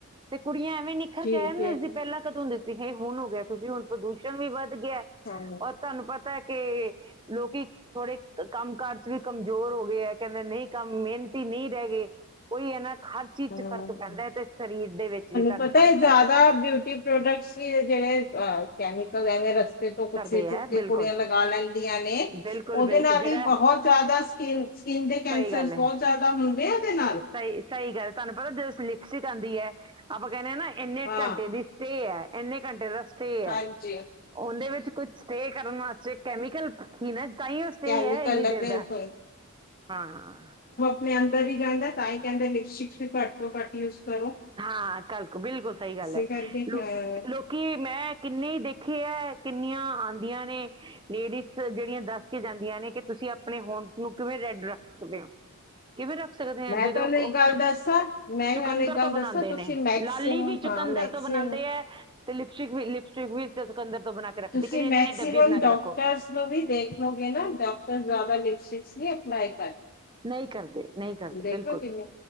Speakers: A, on the right; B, on the left.
A: ਤੇ ਕੁੜੀਆਂ ਐਵੇਂ ਨਿਖਰ
B: ਜੀ
A: ਕੇ ਆ ਜਾਂਦੀਆਂ
B: ਜੀ
A: ਹੁੰਦੀਆਂ ਸੀ ਪਹਿਲਾਂ ਕਦੋਂ ਹੁੰਦੇ ਇਹ ਹੁਣ ਹੋ ਗਿਆ ਕਿਉਂਕਿ ਹੁਣ ਪ੍ਰਦੂਸ਼ਣ ਵੀ ਵੱਧ ਗਿਆ ਐ
B: ਹਾਂ
A: ਔਰ ਤੁਹਾਨੂੰ ਪਤਾ ਐ ਕਿ ਲੋਕੀ ਥੋੜੇ ਕੰਮ ਕਾਰ ਚ ਵੀ ਕਮਜ਼ੋਰ ਹੋ ਗਏ ਹੈ ਕਹਿੰਦੇ ਨਹੀਂ ਕੰਮ ਮਿਹਨਤੀ ਨਹੀਂ ਰਹਿ ਗਏ। ਉਹੀ ਹੈ ਨਾ ਹਰ ਚੀਜ਼
B: ਹਾਂ
A: ਚ ਫ਼ਰਕ ਪੈਂਦਾ ਹੈ ਤੇ ਸਰੀਰ ਦੇ ਵਿੱਚ ਵੀ ਤੁਹਾਨੂੰ
B: ਪਤਾ
A: ਫ਼ਰਕ
B: ਹੈ ਜ਼ਿਆਦਾ
A: ਪੈਂਦਾ
B: ਬਿਊਟੀ ਪ੍ਰੋਡਕਟਸ ਵੀ ਜਿਹੜੇ ਕੈਮੀਕਲ ਐਵੇਂ ਰਸ ਤੇ ਤੋਂ ਕੁਛ
A: ਕਰਦੇ
B: ਇਹ ਚੁੱਕ
A: ਆ
B: ਕੇ
A: ਬਿਲਕੁਲ
B: ਕੁੜੀਆਂ ਲਗਾ ਲੈਂਦੀਆਂ ਨੇ।
A: ਬਿਲਕੁਲ
B: ਉਹਦੇ
A: ਬਿਲਕੁਲ
B: ਨਾਲ
A: ਜਿਹੜਾ
B: ਹੀ ਬਹੁਤ ਜ਼ਿਆਦਾ ਸਕਿਨ ਸਕਿਨ ਦੇ ਕੈਂਸਰ
A: ਸਹੀ ਗੱਲ ਹੈ
B: ਬਹੁਤ ਜ਼ਿਆਦਾ ਹੁੰਦੇ ਆ ਉਹਦੇ ਨਾਲ।
A: ਸਹੀ ਸਹੀ ਗੱਲ ਹੈ ਤੁਹਾਨੂੰ ਪਤਾ ਜਦੋਂ ਸਲਿਪਸਿਕ ਆਉਂਦੀ ਹੈ ਆਪਾਂ ਕਹਿੰਦੇ ਹ ਨਾ ਇੰਨੇ
B: ਹਾਂ
A: ਘੰਟੇ ਦੀ ਸਟੇਅ ਹੈ ਇੰਨੇ ਘੰਟੇ ਦਾ ਸਟੇਅ ਹੈ।
B: ਹਾਂਜੀ
A: ਉਹਦੇ ਵਿੱਚ ਕੁਛ ਸਟੇਅ ਕਰਨ ਵਾਸਤੇ ਕੈਮੀਕਲ ਠ ਨਾ ਤਾਂ ਉਹ ਸਟੇ
B: ਕੈਮੀਕਲ
A: ਹੈ ਇੰਨੀ
B: ਲੱਗੇ
A: ਦੇਰ
B: ਬਿਲਕੁਲ
A: ਦਾ ਹਾਂ
B: ਮੈਂ ਅੰਤਰ ਹੀ ਜਾਂਦਾ ਤਾਂ ਹੀ ਕਹਿੰਦੇ ਲਿਪਸਟਿਕ ਵੀ ਘੱਟ ਤੋਂ ਘੱਟ ਯੂਜ਼ ਕਰੋ
A: ਹਾਂ ਕੱਲ ਬਿਲਕੁਲ ਸਹੀ ਗੱਲ
B: ਇਸੇ
A: ਹੈ
B: ਕਰਕੇ
A: ਲੋਕ
B: ਹਾਂ
A: ਲੋਕ ਕਿ ਮੈਂ ਕਿੰਨੇ ਹੀ ਦੇਖੇ ਹੈ ਕਿੰਨੀਆਂ ਆਉਂਦੀਆਂ ਨੇ। ਲੇਡੀਜ਼ ਜਿਹੜੀਆਂ ਦੱਸ ਕੇ ਜਾਂਦੀਆਂ ਨੇ ਕਿ ਤੁਸੀਂ ਆਪਣੇ ਹੋਂਠ ਨੂੰ ਕਿਵੇਂ ਰੈੱਡ ਰੱਖ ਸਕਦੇ ਹੋ। ਕਿਵੇਂ ਰੱਖ ਸਕਦੇ ਹਾਂ
B: ਮੈਂ
A: ਜਦੋਂ
B: ਤੁਹਾਨੂੰ ਇੱਕ
A: ਉਹ
B: ਗੱਲ ਦੱਸਾਂ ਮੈਂ
A: ਚੁਕੰਦਰ
B: ਤੁਹਾਨੂੰ ਇੱਕ ਗੱਲ
A: ਤੋਂ
B: ਦੱਸਾਂ
A: ਬਣਾਉਂਦੇ
B: ਤੁਸੀਂ
A: ਨੇ।
B: ਮੈਕਸਿਮ
A: ਲਾਲੀ ਵੀ
B: ਹਾਂ
A: ਚੁਕੰਦਰ
B: ਮੈਕਸਿਮ
A: ਤੋਂ ਬਣਾਉਂਦੇ ਹੈ। ਤੇ ਲਿਪਸਟਿਕ ਵੀ ਲਿਪਸਟਿਕ ਵੀ ਚੁਕੰਦਰ ਤੋਂ ਬਣਾ ਕੇ ਰੱਖਦੀ
B: ਤੁਸੀਂ
A: ਕਹਿੰਦੇ ਇਹਦੀ
B: ਮੈਕਸੀਮਮ
A: ਨਾ ਡੱਬੀ ਬਣਾ
B: ਡਾਕਟਰਸ
A: ਕੇ ਰੱਖੋ।
B: ਵੀ ਦੇਖ ਲੋਗੇ ਨਾ ਡਾਕਟਰ ਜ਼ਿਆਦਾ ਲਿਪਸਟਿਕਸ ਅਪਲਾਈ ਨਹੀਂ ਕਰਦੇ।
A: ਨਹੀਂ ਨਹੀਂ ਕਰਦੇ
B: ਦੇਖੋ
A: ਬਿਲਕੁਲ
B: ਜਿੰਨੇ